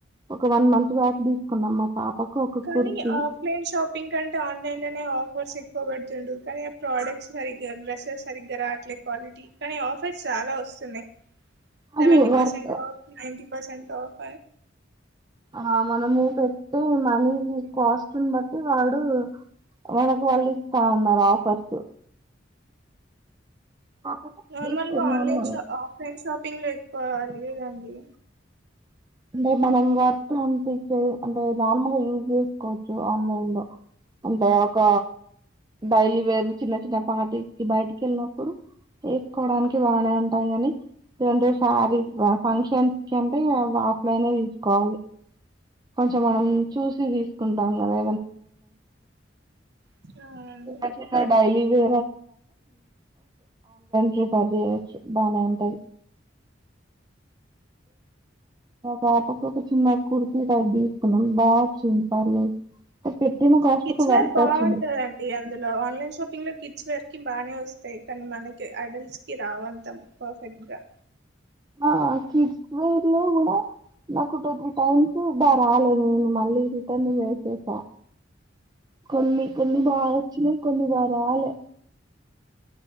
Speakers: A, on the right (about 20°); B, on the right (about 60°).
A: ఒక వన్ మంత్ బ్యాక్ తీసుకున్నాం పాపకు ఒక
B: కానీ
A: కుర్తి
B: ఆఫ్లైన్ షాపింగ్ కంటే ఆన్లైన్ లోనే ఆఫ్ ఫర్స్ ఎక్కువ పెడుతుండు కానీ ఆ ప్రోడక్ట్స్ సరిగ్గా డ్రస్సెస్ సరిగ్గా రావట్లే క్వాలిటీ కానీ ఆఫర్స్ చాలా వస్తున్నాయి్ సెవెంటీ
A: అది వర్త్
B: పసెట్ఫ్ ఆఫ్ నిన్నటి పర్సెంట్ ఆఫ్
A: ఆ మనము పెట్టి మనీ కాస్ట్ బట్టి వాడు మనకు వాళ్ళు ఇస్తా ఉన్నారు ఆఫర్స్ కాకపోతే
B: నార్మల్
A: తీసుకోని
B: online
A: normal
B: offline shopping ఎకి పోవాలిదండి
A: అంటే మనం వర్తి అ అంటే నార్మల్గా యూస్ చేసుకోవచ్చు ఆన్లైన్ లో అంటే ఒక డైలీవేర్ చిన్న చిన్న పార్టీ కి బయటకి వెళ్ళినప్పుడు వేసుకోవడానికి బాగా ఉంటాయి కానీ శారీ ఫంక్షన్ కి అంటే మనమే తీసుకోవాలి కొంచెం మనం చూసి తీసుకున్నాం అంటే
B: అవునండి
A: అక్కకు కి డైలీ లై ప్రిపర్యచ్చు బాగా ఉంటట్ పాప ఒక చిన్న కు తీర్క బాగా వచ్చింది పర్లేదు పెట్టిన కాస్ట్
B: కిడ్స్
A: కు
B: వేర్
A: వర్త్
B: బాగుంటారంండి
A: వచ్చింది
B: అందులో ఆన్లైన్ షాపింగ్ లో కి కిడ్స్ వేర్కి బాగానే వస్తాయి కానీ మనకి అడల్ట్ కి రాదు అంత పర్ఫెక్ట్ గా
A: ఆ కిడ్స్ వేర్ లో కూడా నాకు టూ త్రీ టైమ్స్ రాలేదు నేను మళ్ళీ రిటన్ చేసేసా కొన్ని కొన్ని బాగా వచ్చినా కొన్ని బాగా రాలే